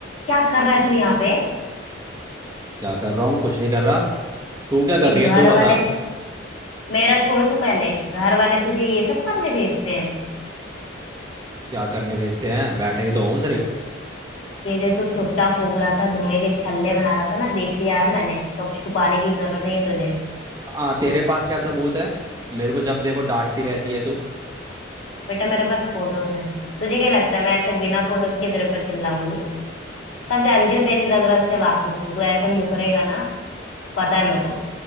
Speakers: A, on the left (about 90°); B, on the right (about 20°).
A: क्या कर रहा है तू यहाँ पे
B: क्या कर रहा हूँ कुछ नहीं कर रहा तू क्या
A: देख
B: कर रही है
A: घर
B: तू बता
A: वाले मेरा छोड़ तू पहले घर वाले तुझे ये सब करने भेजते हैं
B: क्या करने भेजते हैं बैठा ही तो हूँ सिर्फ
A: ये जो तू सुट्टा फूक रहा था धुएं के छल्ले बना रहा था ना देख लिया है मैंने तो अब छुपाने की जरूरत नहीं है तुझे
B: आ तेरे पास क्या सबूत है मेरे को जब देखो डांटती रहती है तू
A: बेटा मेरे पास फोटोज हैं तुझे क्या लगता है मैं ऐसे बिना फोटोज के तेरे पर चिल्लाऊंगी सब जानती हो तेरी रग रग से वाकिफ हूँ तू ऐसे मुकरेगा ना पता है मेरे को